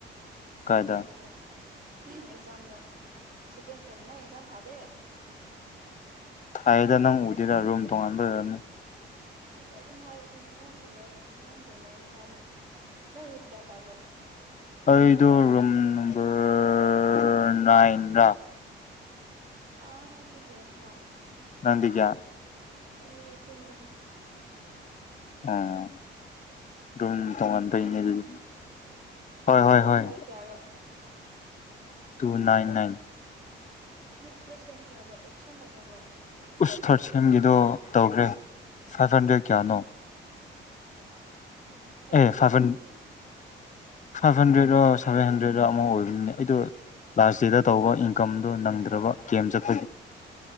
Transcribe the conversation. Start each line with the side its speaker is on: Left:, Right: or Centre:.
Right: ꯐꯝꯃꯤꯟꯅꯕꯅꯦ
Left: ꯀꯥꯏꯗ
Right: ꯑꯦꯛꯖꯥꯝꯗ ꯁꯦꯀꯦꯟ ꯁꯦꯝ ꯅꯪ ꯑꯦꯛꯖꯥꯝ ꯐꯥꯗꯦ
Left: ꯊꯥꯏꯗ ꯅꯪ ꯎꯗꯦꯗ ꯔꯨꯝ ꯇꯣꯉꯥꯟꯕ ꯂꯩ ꯑꯣꯏꯔꯝꯅꯤ
Right: ꯅꯠꯇꯦ ꯑꯗꯨꯝ ꯍꯥꯏꯕꯅꯤꯅ ꯅꯪ ꯊꯦꯡꯅ ꯅꯪ ꯊꯦꯡꯅꯒꯅꯤ ꯍꯥꯏꯕ ꯅꯠꯇꯦ ꯅꯪ ꯔꯨꯝꯝ ꯀꯌꯥ ꯇꯥꯕ꯭ꯔꯣ
Left: ꯑꯩꯗꯣ ꯔꯨꯝ ꯅꯝꯕꯔ ꯅꯥꯏꯟꯗ
Right: ꯑꯥ ꯑꯗꯨ ꯑꯗꯨꯗ ꯃꯥ
Left: ꯅꯗꯤꯀ
Right: ꯑꯩ ꯇꯤꯟꯗꯃꯦ
Left: ꯑꯣ ꯑꯗꯨꯝ ꯇꯣꯉꯥꯟ ꯐꯩꯅꯦ ꯑꯗꯨꯗꯤ ꯍꯣꯏ
Right: ꯅ
Left: ꯍꯣꯏ
Right: ꯂꯣꯅ
Left: ꯍꯣꯏ
Right: ꯄ ꯀꯦꯔꯣ
Left: ꯇꯨ ꯅꯥꯏꯟ ꯅꯥꯏꯟ
Right: ꯎꯝ ꯊꯥꯔꯠ ꯁꯦꯝꯒꯦ ꯍꯥꯏꯕ ꯑꯦꯗꯃꯤꯁꯟ ꯇꯧꯈ꯭ꯔꯕ꯭ꯔꯣ
Left: ꯎꯁ ꯊꯥꯔꯠ ꯁꯦꯝꯒꯤꯗꯣ ꯇꯧꯈ꯭ꯔꯦ ꯐꯥꯏꯚ ꯍꯟꯗ꯭ꯔꯦꯠ ꯀꯌꯥꯅꯣ
Right: ꯎꯝ ꯑꯩꯗꯤ
Left: ꯑꯦ
Right: ꯐꯣꯔ
Left: ꯐꯥꯏꯚ
Right: ꯍꯟꯗ꯭ꯔꯦꯠ
Left: ꯍꯟ ꯐꯥꯏꯚ ꯍꯟꯗ꯭ꯔꯦꯠ ꯑꯣ ꯁꯚꯦꯟ ꯍꯟ꯭ꯔꯦ ꯂꯥꯁ ꯗꯦꯗ ꯇꯧꯕ ꯏꯝ ꯅ ꯐ꯭ꯔꯕ ꯒꯦꯝ ꯆꯠꯊꯒꯤ